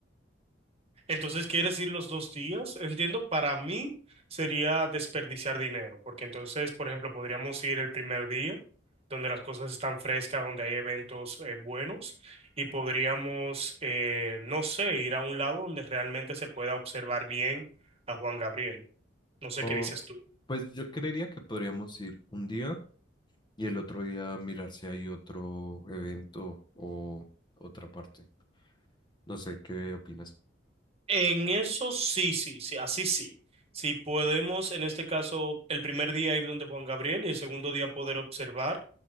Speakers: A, on the right; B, on the left.
A: Entonces, ¿quieres ir los dos días? Entiendo, para mí sería desperdiciar dinero, porque entonces, por ejemplo, podríamos ir el primer día, donde las cosas están frescas, donde hay eventos eh, buenos, y podríamos, eh, no sé, ir a un lado donde realmente se pueda observar bien a Juan Gabriel. No sé
B: O,
A: qué dices tú.
B: pues yo creería que podríamos ir un día y el otro día mirar si hay otro evento o otra parte. No sé, ¿qué opinas?
A: En eso sí, sí, sí, así sí. Si podemos, en este caso, el primer día ir donde Juan Gabriel y el segundo día poder observar.